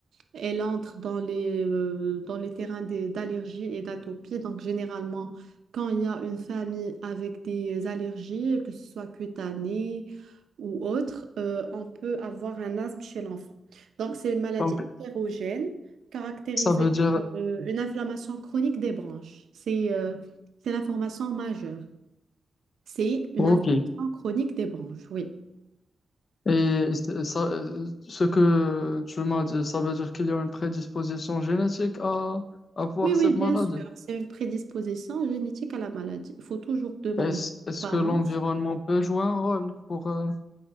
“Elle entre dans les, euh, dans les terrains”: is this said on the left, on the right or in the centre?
Right